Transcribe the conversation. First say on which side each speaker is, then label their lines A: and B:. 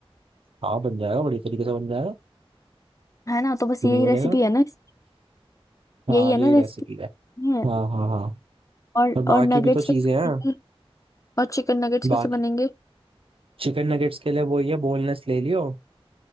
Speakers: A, on the right; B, on the left.
A: हाँ बन जाएगा बड़ी तरीके से बन जाएगा
B: है ना तो बस
A: क्यों
B: यही
A: नहीं बनेगा
B: रेसिपी है ना इसकी?
A: हाँ
B: यही है
A: यही
B: ना रेसिपी
A: रेसिपी है
B: है
A: हाँ हाँ हाँ
B: और
A: और बाकी
B: और नगेट्स
A: भी तो चीजें
B: कैसे बनेंगे
A: हैं
B: और चिकन नगेट्स
A: बाकी
B: कैसे बनेंगे
A: चिकन नगेट्स के लिए वही है बोनलेस ले लियो